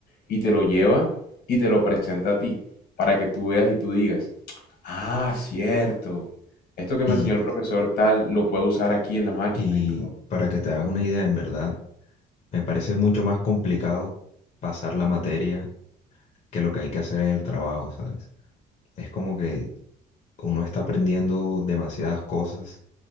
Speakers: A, on the left (about 70°); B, on the left (about 45°).
A: Y te lo lleva y te lo presenta a ti, para que tú veas y tú digas, ah, cierto, esto que
B: Y,
A: me enseñó el profesor tal lo puedo usar aquí en la máquina.
B: y
A: y tú
B: para que te hagas una idea, en verdad, me parece mucho más complicado pasar la materia que lo que hay que hacer en el trabajo, ¿sabes? Es como que uno está aprendiendo demasiadas cosas